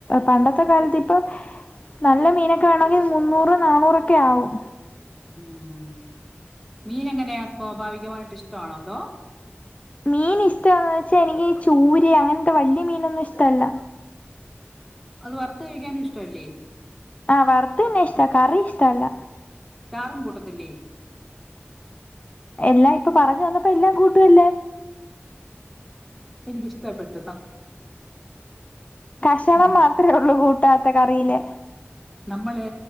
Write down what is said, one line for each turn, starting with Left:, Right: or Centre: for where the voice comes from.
Left: പണ്ടത്തെ കാലത്ത് ഇപ്പൊ നല്ല മീനൊക്കെ വേണങ്കിൽ മുന്നൂറ് നാന്നൂറൊക്കെ ആവും
Centre: ഉം മീൻ എങ്ങനെയാ സ്വാഭാവികമായിട്ട് ഇഷ്ടമാണോ അതോ
Left: മീൻ ഇഷ്ടാന്ന് വെച്ചാൽ എനിക്ക് ചൂര് അങ്ങൻത്തെ വലിയ മീനൊന്നും ഇഷ്ടല്ല
Centre: അത് വറുത്ത് കഴിക്കാനും ഇഷ്ട അല്ലേ
Left: ആഹ് വറുത്ത തന്നെ ഇഷ്ട കറി ഇഷ്ടല്ല
Centre: ചാറും കൂട്ടത്തില്ലേ
Left: എല്ലാം ഇപ്പൊ പറഞ്ഞു വന്നപ്പോ എല്ലാം കൂട്ടുകല്ലേ
Centre: എനിക്ക് ഇഷ്ടപ്പെട്ട
Left: കഷണം
Centre: ഉം.
Left: മാത്രമേ ഉള്ളൂ കൂട്ടാത്ത കറിയിലെ
Centre: നമ്മള്